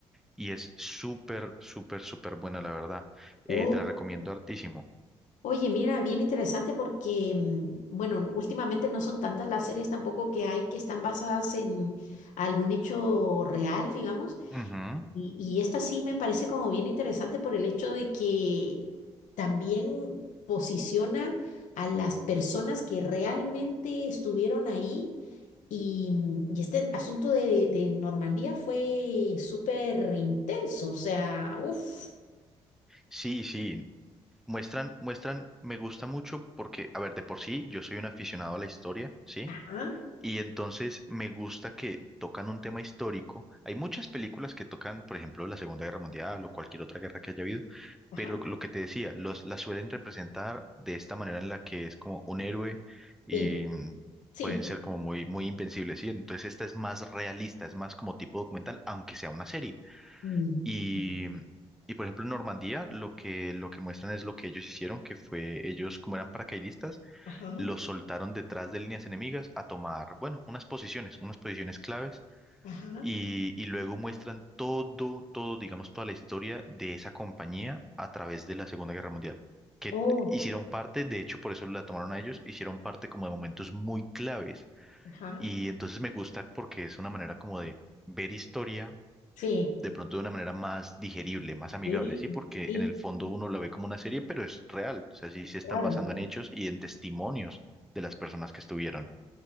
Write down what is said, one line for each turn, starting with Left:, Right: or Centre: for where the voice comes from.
Centre: Y es súper, súper, súper buena, la verdad. Eh,
Left: uf.
Centre: te la recomiendo hartísimo.
Left: Oye, mira, bien interesante porque, mm, bueno, últimamente no son tantas las series tampoco que hay que están basadas en algún hecho real, digamos.
Centre: Ujú.
Left: Y, y esta sí me parece como bien interesante por el hecho de que también posiciona a las personas que realmente estuvieron ahí. Y, mm, y este asunto de, de Normandía fue súper intenso, o sea, uff.
Centre: Sí, sí. Muestran, muestran, me gusta mucho porque, a ver, de por sí, yo soy un aficionado a la historia, ¿sí?
Left: ajá,
Centre: Y entonces me gusta que tocan un tema histórico. Hay muchas películas que tocan, por ejemplo, la Segunda Guerra Mundial o cualquier otra guerra que haya habido,
Left: ajá,
Centre: pero lo que te decía, los, las suelen representar de esta manera en la que es como un héroe y
Left: sí,
Centre: mm,
Left: sí.
Centre: pueden ser como muy, muy invencibles, ¿sí? Entonces esta es más realista, es más como tipo documental, aunque sea una serie.
Left: Mm,
Centre: Y,
Left: mm.
Centre: mm, y por ejemplo, en Normandía lo que, lo que muestran es lo que ellos hicieron, que fue ellos como eran paracaidistas
Left: Ajá,
Centre: los soltaron detrás de líneas enemigas a tomar, bueno, unas posiciones, unas posiciones claves,
Left: ajá.
Centre: y, y luego muestran todo, todo, digamos, toda la historia de esa compañía a través de la Segunda Guerra Mundial, que
Left: Oh,
Centre: hicieron parte, de hecho, por eso la tomaron a ellos, hicieron parte como de momentos muy claves,
Left: ajá.
Centre: y entonces me gusta porque es una manera como de ver historia
Left: Sí,
Centre: de pronto de una manera más digerible, más amigable,
Left: sí,
Centre: ¿sí? Porque
Left: sí,
Centre: en el fondo uno la ve como una serie, pero es real, o sea, sí se están
Left: claro.
Centre: basando en hechos y en testimonios de las personas que estuvieron.